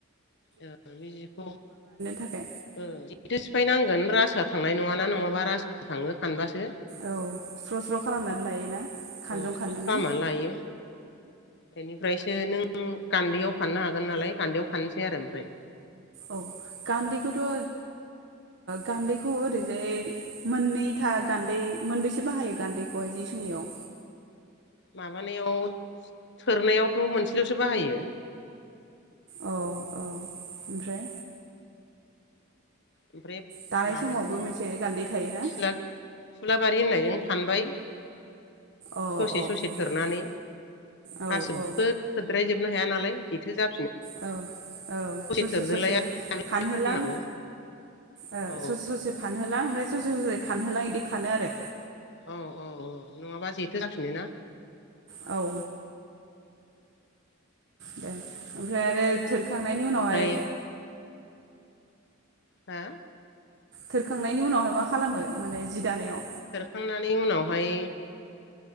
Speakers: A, on the left; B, on the right.
A: ओ बे जिखौ ओ
B: थाखाय
A: जेथो सिफायनांगोन रासोया थांनाय नङाना नङाबा रास थांनो खानबासो
B: औ स्र स्र खालामनानै लायोना खानजं
A: अ
B: खाननानै
A: स्र खालामनानै लायो बेनिफ्रायसो नों गान्दैयाव फाननो हागोन नालाय गान्दैयाव फाननोसै आरो ओमफ्राय
B: औ गान्दैखौथ' ओ गान्दैखौ ओरैजाय मोननैथा गान्दै मोनबेसे बाहायो गान्दैखौहाय जि सोंनायाव?
A: माबानायाव थोरनायावथ' मोनसेलसो बाहायो।
B: औ -औ ओमफ्राय
A: ओमफ्राय
B: दानाय
A: माबाजों
B: समावबो मोनसे गान्दै थायोना
A: थुलाब थुलाब <unintelligible> होननायजों फानबाय।
B: अ
A: ससे
B: अ
A: ससे
B: अ
A: थोरनानै
B: औ
A: गासैखौबो
B: औ
A: थोद्रायजोबनो हाया नालाय जेथो जा
B: औ -औ, ससे
A: थोरदोलाय
B: -ससे फानहोलां
A: खालामनांगौ
B: ओ
A: औ
B: ससे -ससे फानहो होलां ओमफ्राय ससे-ससे खानहोलां बिदि खानो आरो
A: उम-उम-उम नङाबा जेथो जाफिनोना?
B: औ दे ओमफ्राय आरो थोरखांनायनि उनावहाय
A: ओमफ्राय हा
B: थोरखांनायनि उनावहाय मा खालामो माने जि दानायाव?
A: थोरखांनानै उनावहाय